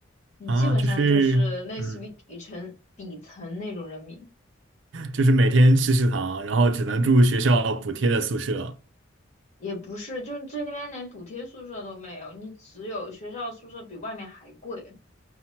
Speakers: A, on the left; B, on the right.
A: 你基本上就是类似于底层底层那种人民，
B: 啊，就是嗯，就是每天吃食堂，然后只能住学校补贴的宿舍，
A: 也不是，就这边连补贴宿舍都没有，你只有学校宿舍比外面还贵。